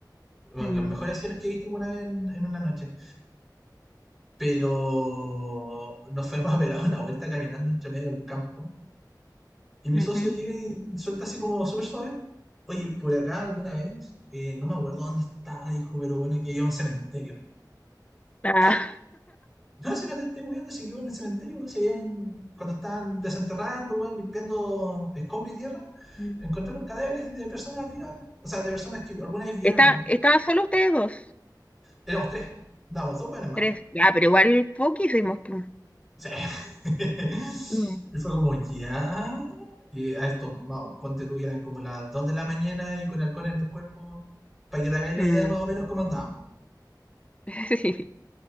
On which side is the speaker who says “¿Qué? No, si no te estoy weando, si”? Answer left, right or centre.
Centre